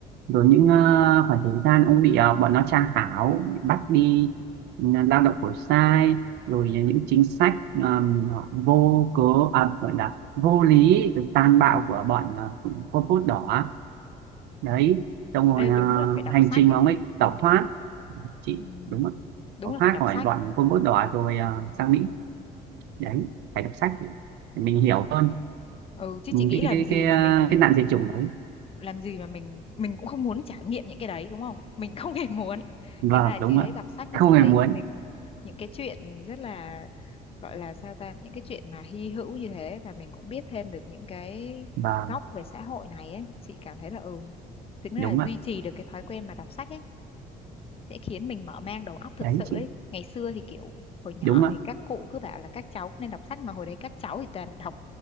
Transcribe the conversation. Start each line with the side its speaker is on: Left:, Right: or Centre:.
Right: rồi những à, khoảng thời gian ông bị à, bọn nó tra khảo bị
Left: ờ,
Right: bắt đi ừ, lao động khổ sai rồi những chính sách um, vô cớ à, gọi là vô lý được tàn bạo của bọn uh, Pol Pot đỏ
Left: ừ.
Right: đấy trong rồi
Left: Ê,
Right: ờ,
Left: đúng là phải đọc
Right: hành
Left: sách
Right: trình
Left: ấy
Right: mà ông ấy tẩu thoát chị
Left: ừ.
Right: đúng không
Left: đúng
Right: tẩu
Left: là
Right: thoát
Left: phải đọc
Right: khỏi
Left: sách
Right: bọn Pol Pot đỏ rồi ờ, sang Mỹ đấy phải đọc sách để mình hiểu hơn
Left: ừ chứ chị nghĩ
Right: cái
Left: làm
Right: cái cái
Left: gì
Right: cái,
Left: mà
Right: ờ,
Left: mình
Right: cái nạn diệt chủng đấy
Left: làm gì mà mình mình cũng không muốn trải nghiệm những cái đấy đúng không mình không hề muốn
Right: vâng
Left: thành ra là
Right: đúng
Left: chị
Right: ạ
Left: thấy đọc sách nó
Right: không
Left: sẽ
Right: hề
Left: thấy
Right: muốn
Left: cho mình những cái chuyện rất là gọi là sao ta những cái chuyện mà hy hữu như thế và mình cũng biết thêm được những cái
Right: vâng
Left: góc về xã hội này ấy chị cảm thấy là ừ tính là
Right: đúng
Left: duy
Right: ạ
Left: trì được cái thói quen mà đọc sách ấy sẽ khiến mình mở mang đầu óc thực
Right: đấy
Left: sự
Right: chị
Left: ấy ngày xưa thì kiểu hồi nhỏ
Right: đúng ạ
Left: thì các cụ cứ bảo là các cháu nên đọc sách mà hồi đấy các cháu thì toàn đọc